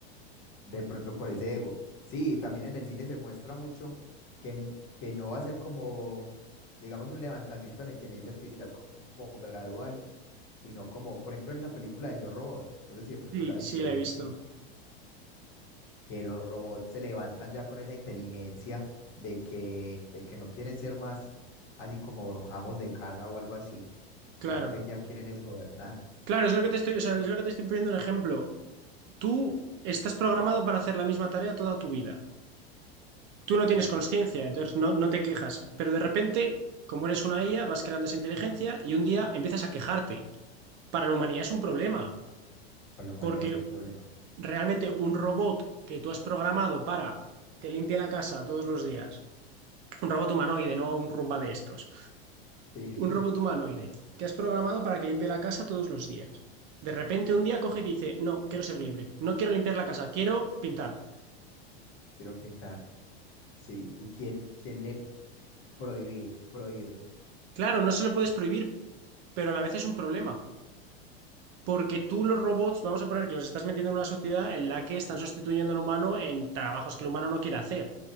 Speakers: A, on the left; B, on the right.
A: De pronto por ese ego. Sí, también en el cine se muestra mucho que, n- que no va a ser como, digamos, un levantamiento de la inteligencia artificial como gradual, sino como, por ejemplo, en esa película de Yo Robot, no sé si de pronto
B: Sí,
A: la viste
B: sí,
A: de
B: la
A: Will
B: he visto.
A: Smith, que los robots se levantan ya con esa inteligencia de que, de que no quieren ser más así como amos de casa o algo así,
B: Claro.
A: sino que ya quieren es gobernar.
B: Claro, es lo que te estoy, o sea, es lo que te estoy poniendo un ejemplo. Tú estás programado para hacer la misma tarea toda tu vida. Tú no
A: Sí,
B: tienes conciencia, entonces no, no te quejas. Pero de repente, como eres una IA, vas creando esa inteligencia y un día empiezas a quejarte. Para la humanidad es un problema,
A: para la humanidad
B: porque
A: es un problema.
B: realmente un robot que tú has programado para que limpie la casa todos los días, un robot humanoide, no un rumba de estos,
A: Sí,
B: Un
A: <laughs>
B: robot humanoide que has programado para que limpie la casa todos los días. De repente un día coge y te dice, no, quiero ser libre, no quiero limpiar la casa, quiero pintar.
A: quiero pintar. Sí, y quién, quién le Prohíbe, prohíben.
B: Claro, no se lo puedes prohibir, pero a la vez es un problema, porque tú los robots, vamos a poner que los estás metiendo en una sociedad en la que están sustituyendo al humano en trabajos que el humano no quiere hacer.